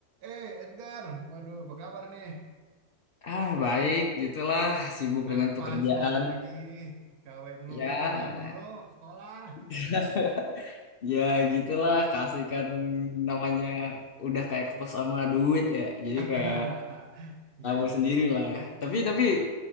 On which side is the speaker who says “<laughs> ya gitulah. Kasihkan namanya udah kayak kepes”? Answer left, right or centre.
Left